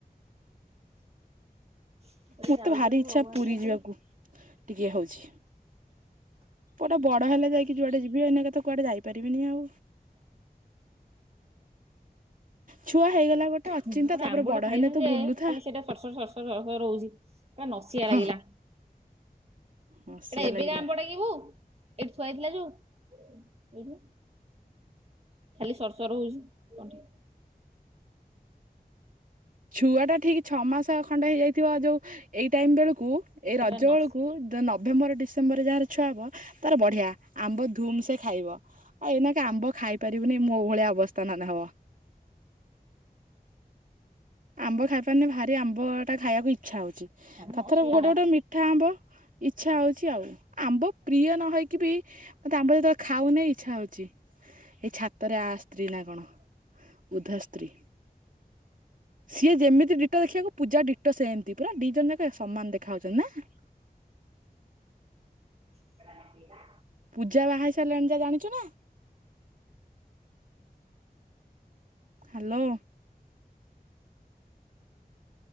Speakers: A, on the right; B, on the right.
A: କଥା
B: ମତେ
A: ଯାଉଛନ୍ତି
B: ଭାରି ଇଚ୍ଛା
A: ଭଗବାନଙ୍କ
B: ପୁରୀ
A: କତିକି
B: ଯିବାକୁ ଟିକେ ହଉଛି। ପୁଅଟା ବଡ଼ ହେଲେ ଯାଇକି ଯୁଆଡେ ଯିବି ଏନେକା ତ କୁଆଡେ ଯାଇପାରିବିନି ଆଉ। ଛୁଆ ହେଇଗଲା ଅଚିନ୍ତା
A: ଗୋଟେ
B: ତାପରେ
A: ଆମ୍ବଟେ
B: ବଡ
A: ଖାଇଦେଲିି
B: ହେଲେ ତୁ
A: ଯେ
B: ବୁଲୁଥା
A: ଖାଲି ସେଇଟା ସର୍ ସର୍ ସର୍ ସର୍ ସର୍ ସର୍ ସର୍ ହଉଛି। ସେଟା ନସିଆ
B: ହଁ
A: ଲାଗିଲା।
B: ହସିବା
A: ଏଟା ଏବେ
B: ଲାଗିଲା।
A: କା ଆମ୍ୱ ଟା କି ବାଉ ଏଠି ଥୁଆ ହେଇଥିଲା ଯାଉ ଏଠି। ଖାଲି ସର୍ ସର୍ ହଉଛି ତଣ୍ଟି।
B: ଛୁଆଟା ଠିକ ଛଅ ମାସ ଖଣ୍ଡେ ହେଇଯାଇଥିବ ଯୋଉ ଏଇ ଟାଇମ୍ ବେଳକୁ ଏଇ
A: ସେଟା
B: ରଜ
A: ନସି
B: ବେଳକୁ ନଭେମ୍ବର ଡିସେ ସେମ୍ବର୍ ଯାହାର ଛୁଆ ହବ ତାର ବଢ଼ିଆ ଆମ୍ବ ଧୁମ ସେ ଖାଇବ। ଆଉ ଏଇନାକେ ଆମ୍ବ ଖାଇ ପାରିବୁନି ମୁଁ ଭଳିଆ ଅବସ୍ଥା ନଲେ ହେବ। ଆମ୍ବ ଖାଇପାରୁନି ଭାରି ଆମ୍ବଟା ଖାଇବାକୁ ଇଚ୍ଛା ହେଉଛି। ଥର
A: ନସିଆଟା
B: ଥର ଗୋଟେ ଗୋଟେ ମିଠା ଆମ୍ବ ଇଚ୍ଛା ହଉଛି ଆଉ ଆମ୍ବ ପ୍ରିୟ ନହଇ କି ବି ମତେ ଆମ୍ବ ଯେତେବେଳେ ଖାଉନି ଇଚ୍ଛା ହଉଛି ଏଇ ଛାତରେ ଆ ସ୍ତ୍ରୀ ନା କଣ? ବୁଦ୍ଧାସ୍ତ୍ରୀ। ସିଏ ଯେମିତି ଡିଟୋ ଦେଖିବାକୁ ପୂଜା ଡିଟୋ ସେମିତି ପୁରା ଦି ଜଣ ଯାକ ସମାନ ଦେଖା ଯାଉଛନ୍ତି ନା।
A: ସେ ନିଲା।
B: ପୂଜା ବାହା ହେଇ ସାରିଲାଣି ଜା ଜାଣିଛ ନା? ହାଲୋ।